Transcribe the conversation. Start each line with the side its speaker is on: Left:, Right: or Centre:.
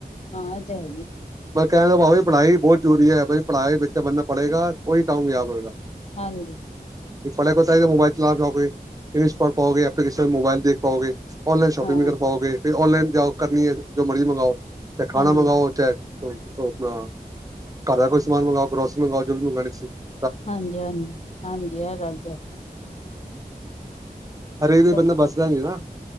Left: ਹਾਂ ਇਹ ਚਾਹੀਦੇ
Right: ੈਂ ਕਹਿਿੰਦਾ ਭਾੀ ਪੜ੍ਹਾਈ ਬਹੁਤ ਜ਼ਰੂਰੀ ਹੈ ਬ ਪੜ੍ਹਾਈ ਵਿੱਚ ਬੰਦਾ ਪੜ੍ਹੇਗਾ- ਉਹੀ ਕਾਮਯਾਬ ਹੋਏਗਾ-
Left: ਹਾਂਜੀ-
Right: ਪੜ੍ਹਾਈ ਕੋ ਤੇ ਹੀ ਮੋਬਾਈਲ ਚਲਾ ਜਾਓਗੇ ਇਗਲਿਸ਼ ਪੜ ਪਾਓਗੇ ਐਪਲੀਕੇਸ਼ਨ ਮੋਬਾਈਲ ਦੇਖ ਪਾਓਗੇ- ਔਨਲਾਨ ਸ਼ੋਪਿੰਗ
Left: ਹਾਂ
Right: ਕਰ ਪਾਓਗੇ ਫਿਰ ਔਲਾਈਨ- ਓ ਕਰਨੀ ਹੈ ਜੋ ਮਰਜ਼ੀ ਮੰਗਵਾਓ- ਤੇ ਖਾਣਾ
Left: ਹਾਂਜੀ
Right: ਮੰਗਵਾਓ ਹੋਟਲ ਆਪਣਾ ਘਰ ਦਾ ਕੋਈ ਸਮਾਨ ਮੰਗਾਵਾਓ ਗਰੋਸਰੀ ਮੰਗਵਾਓ ਜੋ ਵੀ ਮੰਗਉਣੀ <unintelligible>
Left: ਹਾਂਜੀ ਹਾਂਜੀ ਹਾਂਜੀ ਆ ਗੱਲ ਤੇ
Right: ਹਰੇਕ ਦੇ
Left: ਸਭ
Right: ਬੰਦਾ ਬਸਦਾ ਨੀਾ